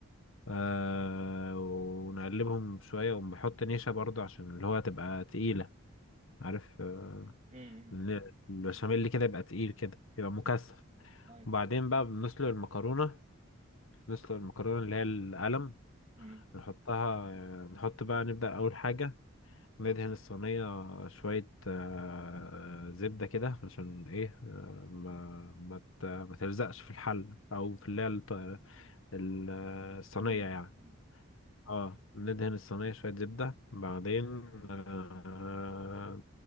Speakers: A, on the left; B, on the right.
A: آه ونقلبهم شوية ونحط نشا برضو عشان اللي هو تبقى تقيلة عارف آه
B: امم امم
A: ال- البشاميل اللي كده يبقى تقيل كده يبقى مكثف
B: أيوة.
A: وبعدين بقى بنسلق المكرونة نسلق المكرونة اللي هي القلم
B: امم
A: نحطها نحط بقى نبدأ أول حاجة ندهن الصينية شوية آه، زبدة كده عشان إيه آه، ما ما ت- ما تلزقش في الحل أو في اللي هي الط- ال- الصينية
B: صينية
A: يعني
B: مم.
A: اه ندهن الصينية شوية زبدة بعدين آه،